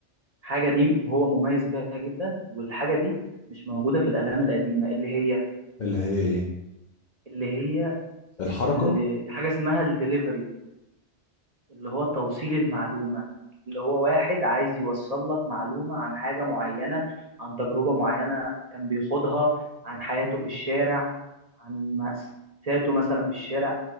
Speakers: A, on the right; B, on the left.
A: حاجه دي هو مميز بيها جدا والحاجه دي مش موجوده في الاغاني القديمه اللي هي
B: اللي هي ايه
A: اللي هي
B: الحركة
A: اللي حاجه اسمها الدليفري اللي هو توصيل المعلومة اللي هو واحد عايز يوصل لك معلومة عن حاجة معينة عن تجربة معينة كان بيخوضها عن حياته في الشارع عن مأساته مثلا في الشارع